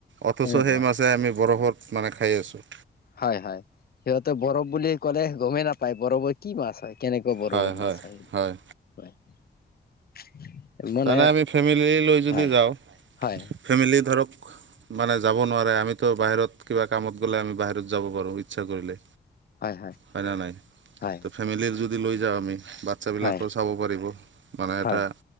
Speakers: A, on the right; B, on the left.
A: অথচ
B: এনেকুৱা
A: সেই মাছে আমি বৰফত মানে খাই আছোঁ
B: হয় হয় সিহঁতে বৰফ বুলি ক'লে গমেই নাপায় বৰফৰ কি মাছ হয় কেনেকুৱা বৰবোৰ
A: হয় হয়
B: মাছ আহ
A: হয়।
B: হয় মানে
A: তানে আমি ফেমিলি লৈ যদি
B: হয়
A: যাওঁ
B: হয়
A: ফেমিলি ধৰক মানে যাব নোৱাৰে আমিতো বাহিৰত কিবা কামত গ'লে আমি বাহিৰত যাব পাৰো ইচ্ছা কৰিলে
B: হয় হয়
A: হয়ৰা নাই
B: হয়
A: ত ফেমিলিৰ যদি লৈ যাওঁ আমি বাচ্ছাবিলাকো
B: হয়
A: চাব পাৰিব মানে
B: হয়
A: এটা